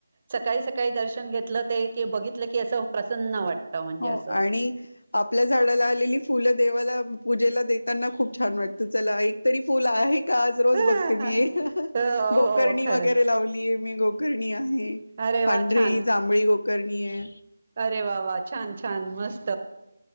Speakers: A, on the right; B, on the left.
A: सकाळी-सकाळी दर्शन घेत ते बघितलं की असं प्रसन्न वाटतं. म्हणजे
B: हो
A: असं
B: आणि आपल्या झाडाला आलेली फुलं देवाला. पूजेला देताना खूप छान वाटत, चला एक तरी फुल आहे. आज रोज
A: हो
B: बघते मी, गोकर्णी
A: हो खरं
B: वगैरे लावलीय मी गो करणी आहे.
A: अरे
B: पांढरी,
A: वा छान
B: जांभळी करणी हे.
A: अरे वा वा! छान छान! मस्त.